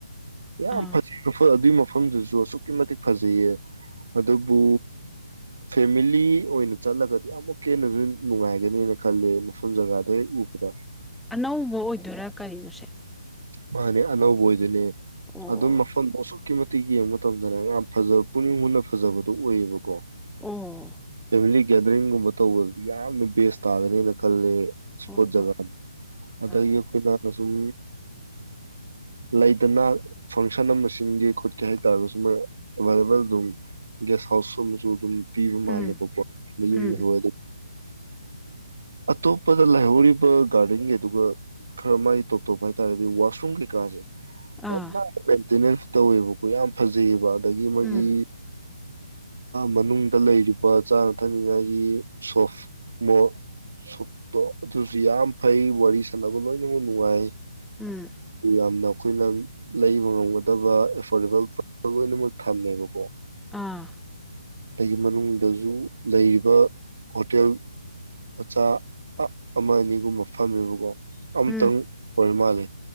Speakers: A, on the right; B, in the centre.
A: ꯌꯥꯝ
B: ꯑꯥ
A: ꯐꯖꯩ ꯐ ꯑꯗꯨꯏꯃ ꯃꯐꯝꯗꯨꯁꯨ ꯑꯁꯨꯛꯀꯤ ꯃꯇꯤꯛ ꯐꯖꯩꯌꯦ ꯑꯗꯨꯕꯨ ꯐꯦꯃꯤꯂꯤ ꯑꯣꯏꯅ ꯆꯠꯂꯒꯗꯤ ꯑꯃꯨꯛ ꯍꯦꯟꯅꯁꯨ ꯅꯨꯡꯉꯥꯏꯒꯅꯦꯅ ꯈꯜꯂꯦ ꯃꯐꯝ ꯖꯒꯥꯗꯣ ꯍꯦꯛ ꯎꯕꯗ
B: ꯑꯅꯧꯕ ꯑꯣꯏꯗꯣꯏꯔꯥ ꯀꯔꯤꯅꯣꯁꯦ
A: ꯃꯥꯅꯦ ꯑꯅꯧꯕ ꯑꯣꯏꯗꯨꯣꯏꯅꯦ
B: ꯑꯣ
A: ꯑꯗꯨꯝ ꯃꯐꯝ ꯑꯗꯨꯛꯀꯤ ꯃꯇꯤꯛ ꯌꯦꯡꯕ ꯃꯇꯝꯗꯅꯦ ꯌꯥꯝ ꯐꯖꯕ ꯄꯨꯛꯅꯤꯡ ꯍꯨꯟꯅ ꯐꯖꯕꯗꯨꯣ ꯑꯣꯏꯌꯦꯕꯀꯣ
B: ꯑꯣ
A: ꯐꯦꯃꯤꯂꯤ ꯒꯦꯗꯔꯤꯡꯒꯨꯝꯕ ꯇꯧꯕꯗꯤ ꯌꯥꯝꯅ ꯕꯦꯁ ꯇꯥꯒꯅꯦꯅ ꯈꯂꯦ ꯏꯁꯄꯣꯠ
B: ꯍꯣꯏ ꯍꯣꯏ
A: ꯒꯥ ꯑꯗꯒꯤ
B: ꯑꯥ
A: ꯑꯩꯈꯣꯏ ꯑ ꯁꯨꯝ ꯂꯩꯗꯅ ꯐꯪꯁꯟ ꯑꯃ ꯆꯟꯒꯦ ꯈꯣꯠꯀꯦ ꯍꯥꯏꯇꯥꯥꯔꯒꯁꯨ ꯃꯣꯏ ꯑꯦꯕꯥꯏꯂꯦꯕꯜ ꯑꯗꯨꯝ ꯒꯦꯁ ꯍꯥꯎꯁ ꯑꯃꯁꯨ ꯑꯗꯨꯝ ꯄꯤꯕ ꯃꯥꯜꯂꯦꯕꯀꯣ
B: ꯎꯝ
A: ꯑ ꯌꯨꯝ
B: ꯎꯝ
A: ꯂꯩꯍꯧꯗ ꯑꯇꯣꯞꯄꯗ ꯂꯩꯍꯧꯔꯤꯕ ꯒꯥꯔꯗꯦꯟꯒꯤꯗꯨ ꯈꯔ ꯃꯥꯥꯏ ꯇ ꯇꯇꯞꯄ ꯍꯥꯏꯇꯥꯔꯗꯤ ꯋꯥꯁꯔꯨꯝ ꯀꯩꯀꯥꯁꯦ
B: ꯑꯥ
A: ꯌꯥꯝ ꯇꯦꯅꯦꯁ ꯇꯧꯋꯦꯕꯀꯣ ꯌꯥꯝ ꯐꯖꯩꯑꯕ ꯑꯗꯒꯤ ꯃꯥꯣꯏꯒꯤ
B: ꯎꯝ
A: ꯃꯅꯨꯡꯗ ꯂꯩꯔꯤꯕ ꯆꯥꯅ ꯊꯛꯅꯤꯉꯥꯏꯒꯤ ꯁꯣꯞ ꯃꯣ ꯁꯣꯞꯇꯣ ꯑꯗꯨꯁꯨ ꯌꯥꯝ ꯐꯩ ꯋꯥꯔꯤ ꯁꯥꯟꯅꯕ ꯂꯣꯏꯅꯃꯛ ꯅꯨꯡꯉꯥꯏ
B: ꯎꯝ
A: ꯌꯥꯝꯅ ꯑꯩꯈꯣꯏꯅ ꯂꯩꯕ ꯉꯝꯒꯗꯕ ꯑꯦꯐꯣꯔꯗꯦꯕꯜ ꯄ꯭ꯔ ꯂꯣꯏꯅꯃꯛ ꯊꯝꯃꯦꯕꯀꯣ
B: ꯑꯥ
A: ꯑꯒꯤ ꯃꯅꯨꯡꯗꯁꯨ ꯂꯩꯔꯤꯕ ꯍꯣꯇꯦꯜ ꯃꯆꯥ ꯑꯃ ꯑꯅꯤꯒꯨꯝꯕ ꯐꯝꯃꯦꯕꯀꯣ ꯑꯝꯇꯪ
B: ꯎꯝ
A: ꯑꯣꯏ ꯃꯥꯜꯂꯦ